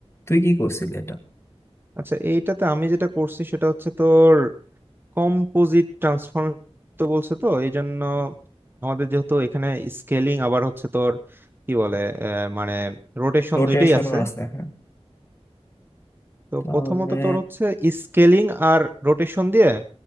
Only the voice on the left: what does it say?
তুই কি করছিলি এটা
রোটেশনও
আছে হ্যাঁ
তাহলে